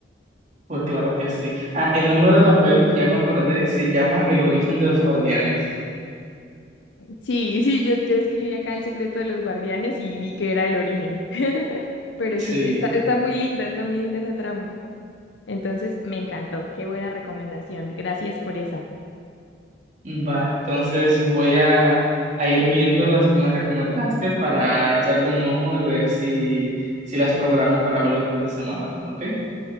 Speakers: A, on the right (about 40°); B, on the left (about 80°).
A: Pues claro que sí. Ah, el nombre de la peli, ya me acordé, se llama El origen de los guardianes.
B: Sí, sí, yo, yo escribí acá El secreto de los guardianes y vi que era el origen. Pero
A: Sí,
B: sí, está, está muy linda, está muy linda esa trama. Entonces, me encantó. Qué buena recomendación. Gracias por esa.
A: va. Entonces voy a, a ir viendo las que me recomendaste para echarle un ojo y ver si, si las programo para verlo el fin de semana, ¿ok?